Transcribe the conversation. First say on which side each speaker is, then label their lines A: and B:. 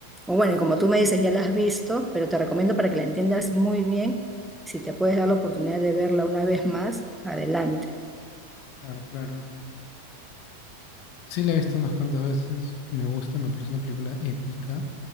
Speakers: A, in the centre; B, on the left.
A: O bueno, y como tú me dices, ya la has visto, pero te recomiendo para que la entiendas muy bien. Si te puedes dar la oportunidad de verla una vez más, adelante.
B: Claro, claro. eh, Sí la he visto unas cuantas veces, me gusta, me parece una película épica.